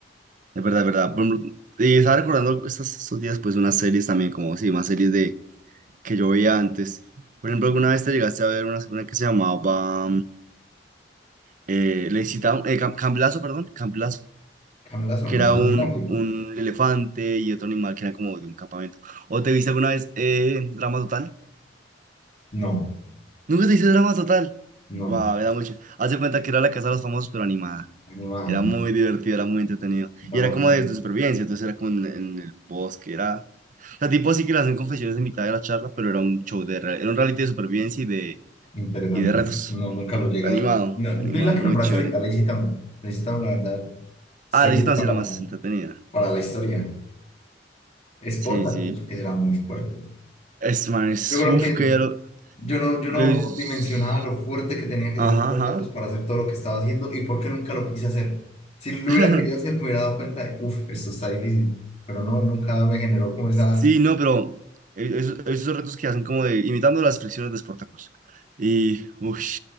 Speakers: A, on the right (about 45°); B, on the left (about 35°).
A: es verdad, es verdad. Por ejemplo, Y estaba recordando estos, estos días, pues, unas series también, como, sí, más series de que yo veía antes. Por ejemplo, alguna vez te llegaste a ver una, una que se llamaba mm, eh, Lazy Town, eh, Cam- Camp Lazo, perdón, Camp Lazo.
B: ¿Camlas o
A: que
B: no?
A: era
B: ¿Las
A: un,
B: de Camgly?
A: un elefante y otro animal que era como de un campamento. ¿O te viste alguna vez eh, Drama Total?
B: No,
A: Nunca te viste Drama Total.
B: no,
A: Guau, era mucho. Haz de cuenta que era la casa de los famosos, pero animada.
B: animada,
A: Era muy divertido, era muy entretenido.
B: drama
A: Y era como
B: total.
A: de, de supervivencia, entonces era como en, en el bosque, era... O sea, tipo así que le hacen confesiones en mitad de la charla, pero era un show de... re- Era un reality de supervivencia y de,
B: Interesante.
A: y de retos.
B: No, nunca lo llegué
A: Animado,
B: a ver. No,
A: animado,
B: vi la que
A: muy
B: nombraste
A: chévere.
B: ahorita, Lazy Town. Lazy Town, la verdad, serie
A: Ah, la visita
B: para,
A: sí era más entretenida.
B: para la historia. Es Spartacus
A: Sí, sí.
B: era muy fuerte.
A: Es man, es...
B: Yo creo
A: Uf,
B: que
A: que ya lo...
B: yo no, yo
A: Luis.
B: no dimensionaba lo fuerte que tenía que
A: Ajá,
B: ser Spartacus
A: ajá.
B: para hacer todo lo que estaba haciendo y por qué nunca lo quise hacer. Si lo
A: <laughs>
B: hubiera querido hacer, me hubiera dado cuenta de, uff, esto está difícil. Pero no, nunca me generó como esa...
A: Sí, no, pero e- esos, esos retos que hacen como de imitando las expresiones de Sportacus. Y, uy,